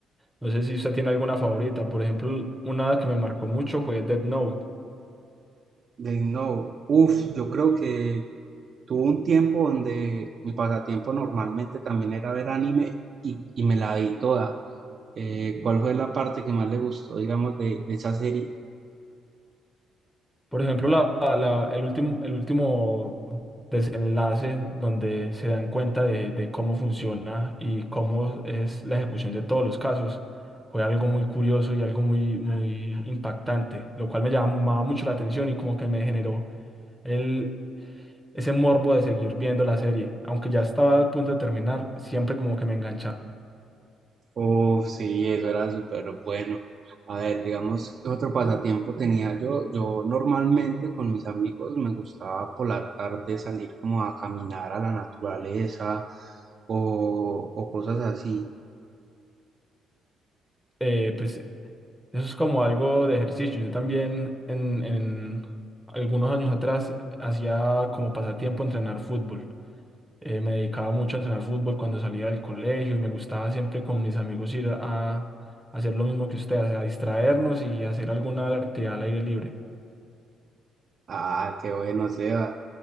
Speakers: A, in the centre; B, on the right (about 40°).
A: No sé si usted tiene alguna favorita. Por ejemplo, una que me marcó mucho fue Dead Note.
B: De, no, uff, yo creo que tuve un tiempo donde mi pasatiempo normalmente también era ver anime y, y me la vi toda. Eh, ¿cuál fue la parte que más le gustó, digamos, de, de esa serie?
A: Por ejemplo, la, la- el último, el último desenlace donde se dan cuenta de, de cómo funciona y cómo es la ejecución de todos los casos fue algo muy curioso y algo muy, muy impactante, lo cual me llamaba mucho la atención y como que me generó el, ese morbo de seguir viendo la serie. Aunque ya estaba a punto de terminar, siempre como que me enganchaba.
B: Uf, sí, eso era súper bueno. A ver, digamos, otro pasatiempo tenía yo. Yo normalmente con mis amigos me gustaba por la tarde salir como a caminar a la naturaleza o, o cosas así.
A: Eh, pues. Eso es como algo de ejercicio. Yo también en, en algunos años atrás hacía como pasatiempo entrenar fútbol. Eh, me dedicaba mucho a entrenar fútbol cuando salía del colegio y me gustaba siempre con mis amigos ir a, hacer lo mismo que usted, a, a distraernos y hacer alguna actividad al aire libre.
B: Ah, qué bueno, Seba.